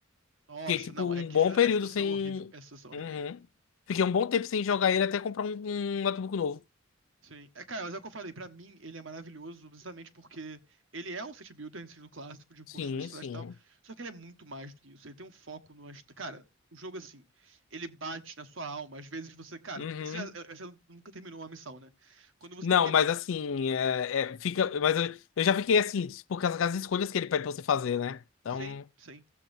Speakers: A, on the right; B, on the left.
A: Nossa,
B: Fiquei, tipo,
A: não, é
B: um
A: que
B: bom
A: essa
B: período
A: essa situação
B: sem.
A: é horrível, essa situação é
B: Uhum.
A: horrível.
B: Fiquei um bom tempo sem jogar ele até comprar um, um notebook novo.
A: Sim. É, cara, mas é o que eu falei, pra mim ele é maravilhoso precisamente porque ele é um city builder no estilo clássico de
B: Sim,
A: construir cidade
B: sim.
A: e tal, só que ele é muito mais do que isso, ele tem um foco no... Cara, o jogo assim, ele bate na sua alma, às vezes você, cara,
B: Uhum.
A: você, você nunca terminou uma missão, né? Quando você
B: Não,
A: termina,
B: mas assim, é, é, fica. Mas eu, eu já fiquei assim, por causa das escolhas que ele pede pra você fazer, né? Então.
A: Sim, sim.